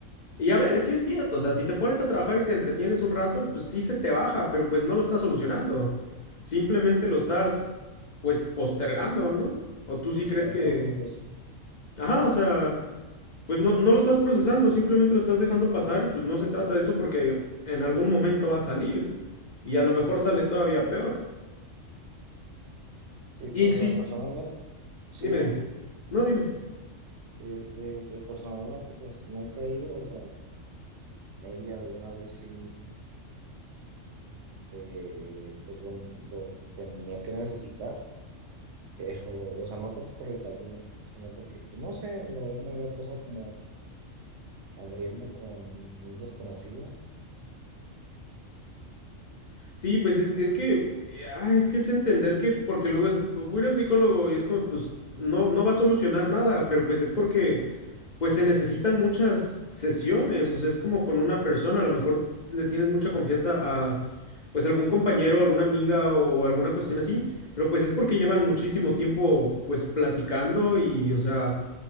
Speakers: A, on the left (about 50°); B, on the right (about 65°).
A: Y a ver, sí es cierto, o sea, si te pones a trabajar y te entretienes un rato, pues sí se te baja, pero pues no lo estás solucionando. Simplemente lo estás, pues, postergando, ¿no? O tú
B: retardando,
A: sí crees que...
B: pues. Sí,
A: Ajá, o sea, pues no, no lo estás procesando, simplemente lo estás dejando pasar y pues no se trata de eso porque en algún momento va a salir y a lo mejor sale todavía peor.
B: Sí,
A: Y
B: o
A: existe...
B: sea, personalmente Sí,
A: Dime,
B: ve,
A: dime. No, dime.
B: este, pues personalmente, pues nunca he ido, o sea, maybe alguna vez sí, eh, pues lo, lo tenía que necesitar, pero, o sea, no tanto por el tabú, sino porque, pues no sé, la verdad me da cosa como abrirme con un desconocido,
A: Sí, pues es, es que, eh, ah, es que es entender que, porque luego es, voy a ir al psicólogo y es como, pues, no, no va a solucionar nada, pero pues es porque, pues se necesitan muchas sesiones, o sea, es como con una persona, a lo mejor le tienes mucha confianza a, pues, algún compañero, alguna amiga o, o alguna cuestión así, pero pues es porque llevan muchísimo tiempo, pues, platicando y, o sea...